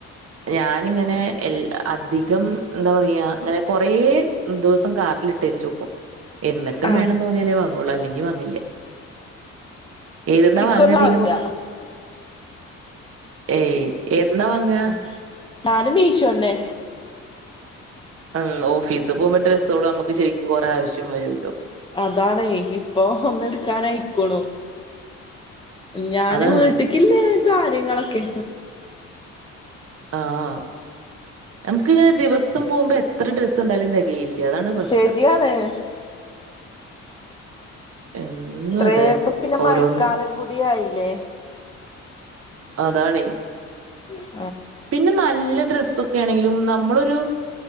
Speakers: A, on the right; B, on the left.
A: ഞാനിങ്ങനെ എൽ അധികം എന്താ പറയാ അങ്ങനെ കൊറേ ദിവസം കാർട്ടിലിറ്റെച്ചുക്കും എന്നിട്ടും
B: ആഹ്
A: വെണ്തൊ ന്നാലെവാങ്ങുള്ളൂ ആല്ലെങ്കി വാങ്ങില്ല ഏതിന്നാ
B: ശരിക്കൊന്നും
A: വാങ്ങ അധികം
B: വാങ്ങൂല
A: ഏയ് എന്നാ വാങ്ങ
B: ആഹ് നാനും മീഷോന്നെ
A: ആഹ് ഓഫീസിപോകുമ്പോ ഡ്രെ സോള നമുക്ക് ശരിക്കും കൊറെേ ആവശ്യം വരൂല്ലോ
B: അതാണേ ഇപ്പൊ ഒന്ന് എടുക്കാനായിക്കണു ഞാനും
A: അതാണ്.
B: വീട്ടിക്കില്ലേ കാര്യങ്ങളൊക്കെ
A: ആഹ് നമക്കിങ്ങനെ ദിവസം പോമ്പം എ എത്ര ഡ്രസ്സുണ്ടായാലും തെകയില്ല അതാണ് പ്രശ്നം
B: ശരിയാണ്
A: എന്നും
B: ഇത്ര
A: അതെ.
B: ആയപ്പോ പിന്നെ മഴക്കാലം
A: ഓരോന്ന്.
B: കൂടി ആയില്ലേ
A: അതാണെ
B: അ <inaudible>
A: പിന്നെ നല്ല ഡ്രസ്സൊക്കാണെങ്കിലും നമ്മളൊരു